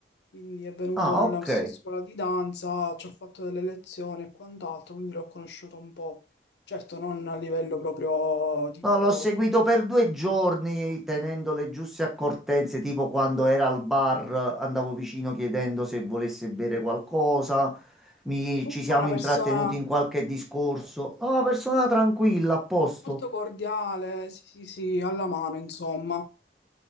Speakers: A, on the left; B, in the centre.
A: Quindi è venuto
B: Ah,
A: nella
B: ok.
A: nostra scuola di danza, ci ho fatto delle lezioni e quant'altro, quindi l'ho conosciuto un po'. Certo, non a livello proprio tipo...
B: No, l'ho seguito per due giorni tenendo le giuste accortenze, tipo quando era al bar andavo vicino chiedendo se volesse bere qualcosa, mi-
A: Sì, comunque
B: ci siamo
A: è una persona
B: intrattenuti in qualche discorso. No, persona tranquilla, a posto.
A: molto cordiale, sì, sì, sì, alla mano, insomma.